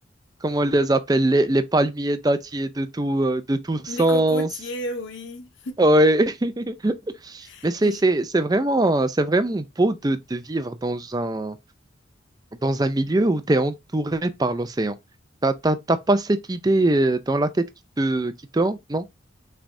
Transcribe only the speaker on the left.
Les cocotiers, oui.
<laughs>